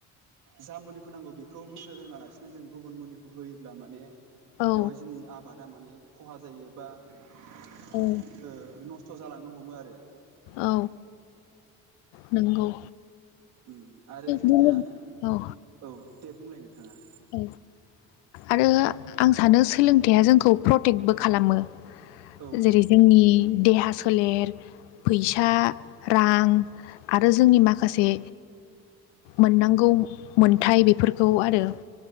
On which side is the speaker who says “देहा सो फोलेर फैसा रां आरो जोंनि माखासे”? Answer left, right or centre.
Left